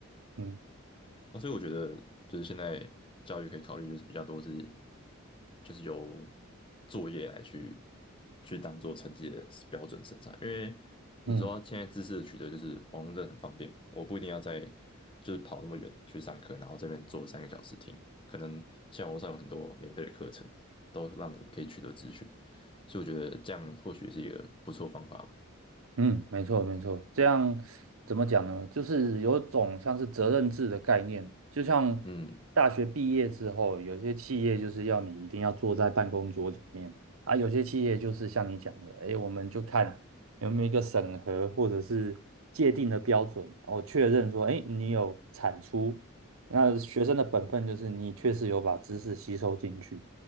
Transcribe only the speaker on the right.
嗯
嗯。
嗯，没错没错，这样怎么讲呢？就是有种像是责任制的概念，就像大学毕业之后，
有些企业就是要你一定要坐在办公桌前面啊，有些企业就是像你讲的，哎，我们就看有没有一个审核或者是界定的标准，然确认说，哎，你有产出，那学生的本分就是你确实有把知识吸收进去，